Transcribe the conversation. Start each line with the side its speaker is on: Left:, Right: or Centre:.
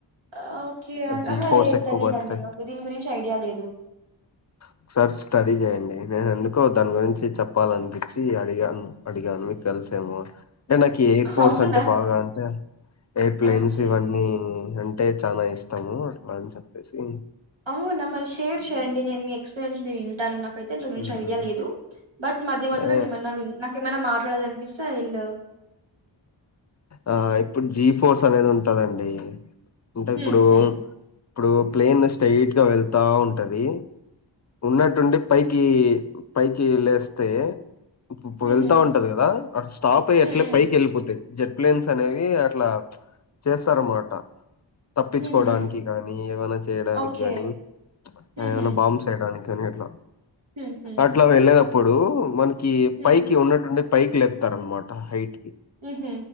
Right: ఆ ఓకే ఆహా
Left: జీ ఫోర్స్
Right: లేదు
Left: ఎక్కువ
Right: తెలీదండి
Left: పడుతే
Right: నాకు దీని గురించి ఐడియా లేదు
Left: ఒక సారి స్టడీ చేయండి నేను ఎందుకో దాని గురించి చెప్పాలనిపించి అడిగాను అడిగాను మీకు తెలుసేమో అంటే నాకు ఈ ఎయిర్ ఫోర్స్
Right: అవునా
Left: అంటే బాగా అంటే ఎయిర్ ప్లేన్స్
Right: ఓకే
Left: ఇవన్నీ అంటే చాలా ఇష్టం అట్లా అని చెప్పేసి
Right: అవునా మరి షేర్ చేయండి నేను మీ ఎక్స్పీరియన్స్ ని వింటాను నాకు అయితే దాని గురించి
Left: ఉమ్.
Right: ఐడియా లేదు బట్ మధ్య
Left: అంటే
Right: మధ్యలో ఏమన్నా విన్ నాకేమన్నా మాట్లాడలి అని విసా ఇలు
Left: ఆ ఇప్పుడు జీ ఫోసు అనేది ఉంటదండి అంటే
Right: హ్మ్
Left: ఇప్పుడు
Right: హ్మ్
Left: ఇప్పుడు ప్లేన్ స్ట్రైట్ గా వెళ్తా ఉంటది ఉన్నట్టుండి పైకి పైకి లేస్తే ఇప్పుప్పు
Right: హుహు.
Left: వెళ్తా ఉంటది కదా అడ స్టాప్ అయ్యి
Right: హ్మ్
Left: ఎట్లే
Right: హ్మ్.
Left: వెపోతాయి జెట్ ప్లేన్స్ అనేవి అట్లా చేస్తారనమాట తప్పించుకోవడానికి
Right: హుహు.
Left: గానీ ఏమైనా చేయడానికి
Right: ఓకే.
Left: గానీ
Right: హుహు.
Left: ఏమైనా బాంబ్స్ ఏయడానికి గదే అట్ల
Right: హుహు.
Left: అట్లా వెల్లే దం ఇప్పుడు మన కి
Right: హ్మ్.
Left: పైకి ఉన్నట్టుండే పైకి లే తరన్మాట హైట్ కి
Right: ఉహు